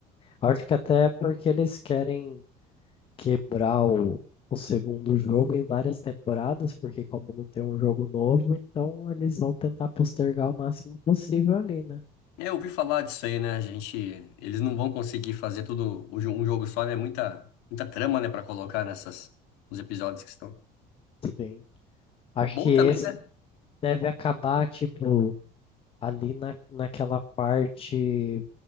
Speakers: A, on the left (about 30°); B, on the left (about 85°).
A: Acho que até porque eles querem quebrar o, o segundo jogo em várias temporadas, porque como não tem um jogo novo, então eles vão tentar postergar o máximo possível ali, né?
B: É, eu ouvi falar disso aí, né? A gente, eles não vão conseguir fazer tudo o jo- um jogo só, né? Muita, muita trama, né, Pra colocar nessas nos episódios que estão.
A: Sim. Acho
B: Bom
A: que esse
B: também, né?
A: deve acabar, tipo, ali na, naquela parte